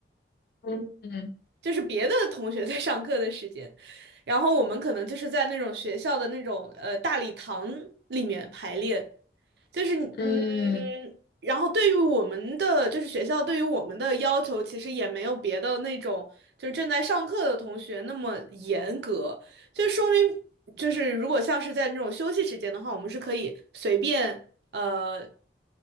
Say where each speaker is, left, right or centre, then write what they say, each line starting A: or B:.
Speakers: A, on the left; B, on the right.
A: 嗯嗯
B: 就是别的同学在上课的时间，然后我们可能就是在那种学校的那种呃大礼堂里面排练。就是嗯，
A: 嗯。
B: 然后对于我们的就是学校对于我们的要求，其实也没有别的那种就是正在上课的同学那么严格，就说明就是如果像是在那种休息时间的话，我们是可以随便呃